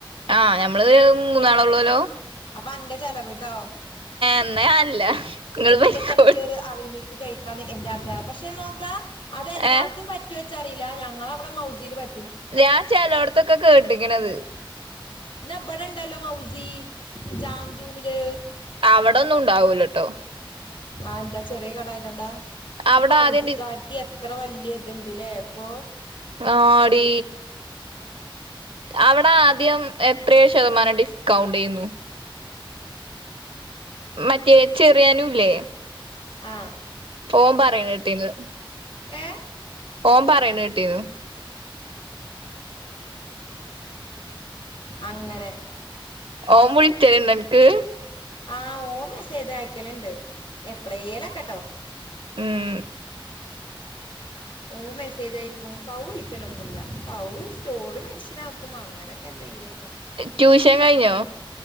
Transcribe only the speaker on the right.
ആ ഞമ്മള് ഇത് ഏതാ മൂന്നാളഒള്ളൂ ല്ലൊ
എന്നാ ഞാനില്ല ഇങ്ങള് പൊയ്ക്കോളി
ഏ
ഞാ ചലോടത്തൊക്കെ കേട്ടിക്ണത്
അവിടൊന്നും ഉണ്ടാവൂലട്ടോ
അവടെ
ആദ്യം ഡി
ആടി അവിടെ ആദ്യം എത്രയ ശതമാനം ടി കൗണ്ടെ യ്യുന്നു മറ്റേ ചെറിയാനുല്ലേ
ഓം പറി ണേട്ടീന്ന്
ഓൻ പറണേട്ടീന്നു
ഓം വിൾ ച്ചല്ണ്ടോൻക്ക്
ഉഹ
ട്യൂഷൻ കഴിഞ്ഞോ